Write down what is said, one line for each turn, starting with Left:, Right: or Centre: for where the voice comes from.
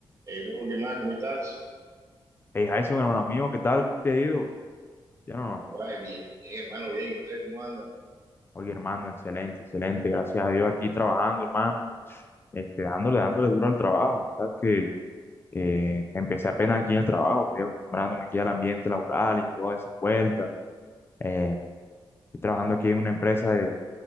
Right: Hey, bro, ¿qué más? ¿Cómo estás?
Left: Hey, Jason, hermano amigo, ¿qué tal? ¿Cómo te ha ido? Ya no, no.
Right: Guay, bien, bien, hermano, bien. ¿Y usted cómo anda?
Left: Oye, hermano, excelente, excelente. Gracias a Dios aquí trabajando, hermano. Este, dándole, dándole duro al trabajo. Sabes que eh, empecé apenas aquí en el trabajo, estoy acostumbrándome aquí al ambiente laboral y todas esas vueltas. Eh, estoy trabajando aquí en una empresa de,